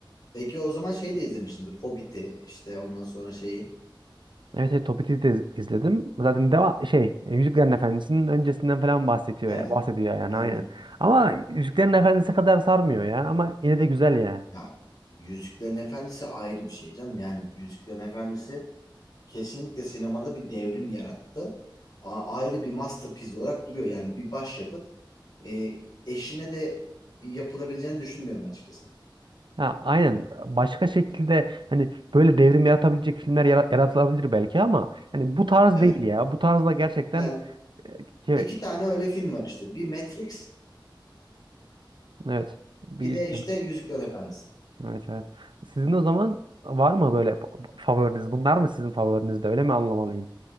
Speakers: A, on the left; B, on the right.
A: Peki o zaman şeyi de izlemişsindir. Hobbit'i işte ondan sonra şeyi.
B: Evet, evet Topik'i de iz- izledim. Zaten deva şey e, Yüzüklerin Efendisi'nin öncesinden falan bahsediyor
A: Evet.
B: ya, bahsediyor yani
A: Aynen.
B: aynen. Ama Yüzüklerin
A: Hı hı.
B: Efendisi kadar sarmıyor ya ama yine de güzel ya.
A: Ya Yüzüklerin Efendisi ayrı bir şey canım. Yani Yüzüklerin Efendisi kesinlikle sinemada bir devrim yarattı. A- ayrı bir masterpiece olarak duruyor. Yani bir başyapıt. E, eşine de yapılabileceğini düşünmüyorum açıkçası.
B: Ha, aynen başka şekilde hani böyle devrim yaratabilecek filmler yara- yaratılabilir belki ama hani bu tarz
A: Evet.
B: değil ya. Bu tarzda gerçekten
A: Yani
B: şey,
A: iki tane öyle film var işte. Bir Matrix,
B: evet bir
A: bir de işte Yüzüklerin Efendisi.
B: Evet evet. Sizin o zaman var mı böyle p- favoriniz? Bunlar mı sizin favoriniz de öyle mi anlamalıyım?